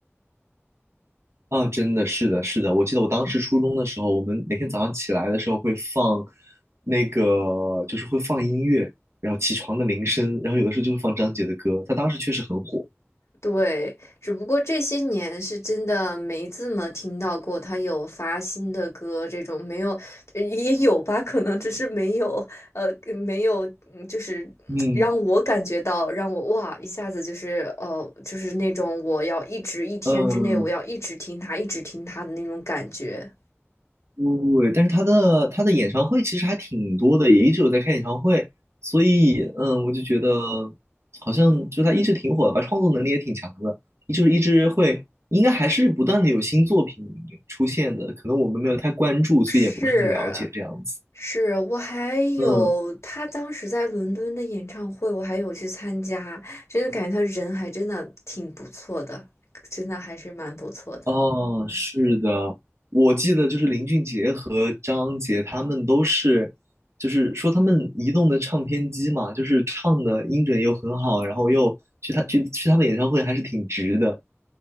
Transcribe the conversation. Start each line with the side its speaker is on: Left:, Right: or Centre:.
Right: 啊，真的是的，是的。我记得我当时初中的时候，我们每天早上起来的时候会放那个，就是会放音乐，然后起床的铃声，然后有的时候就会放张杰的歌。他当时确实很火。
Left: 对，只不过这些年是真的没怎么听到过他有发新的歌，这种没有，呃也有吧，可能只是没有，呃，没有，嗯就是让我感觉到，
Right: 嗯
Left: 让我哇一下子就是呃，就是那种我要一直一天之内我要一直听他，
Right: 嗯，
Left: 一直听他的那种感觉，
Right: 对，但是他的他的演唱会其实还挺多的，也一直有在开演唱会，所以嗯，我就觉得好像就他一直挺火的吧，创作能力也挺强的，就是一直会，应该还是不断的有新作品出现的，可能我们没有太关注，所以也不是很了解这样子。
Left: 是，是我还有他当时在伦敦的演唱会，
Right: 嗯。
Left: 我还有去参加，真的感觉他人还真的挺不错的，真的还是蛮不错的。
Right: 哦，是的，我记得就是林俊杰和张杰他们都是，就是说他们移动的唱片机嘛，就是唱的音准又很好，然后又去他去去他们演唱会还是挺值的。